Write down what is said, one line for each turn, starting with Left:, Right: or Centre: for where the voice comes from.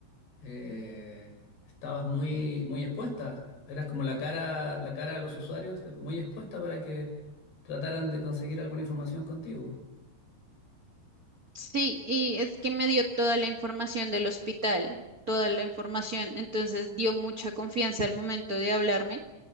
Left: eh, estabas muy, muy expuesta. Eras como la cara, la cara a los usuarios, de- muy expuesta para que trataran de conseguir alguna información contigo.
Right: sí, y es que me dio toda la información del hospital, toda la información, entonces dio mucha confianza al momento de hablarme